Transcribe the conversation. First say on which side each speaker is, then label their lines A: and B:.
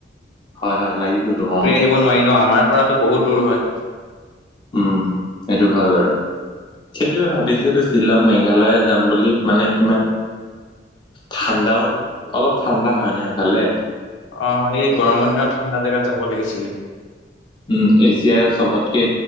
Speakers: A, on the left; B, on the left.
A: হয় হয় লাগিবতো
B: ঘুৰি
A: অ',
B: আহিব নোৱাৰি ন আমাৰ পৰাতো বহুত দূৰ হয়।
A: উম। সেইটো হয় বাৰু সেইটো ভাবিছিলোো শ্বিলং মেঘালয় যাম বুলি মানে ইমান। ঠাণ্ডাও অলপ ঠাণ্ডা হয় ন সিফালে
B: অ এই গৰমৰ দিনত ঠাণ্ডা জেগাত যাব লাগিছিলে।
A: উম এছিয়াৰ চবতকে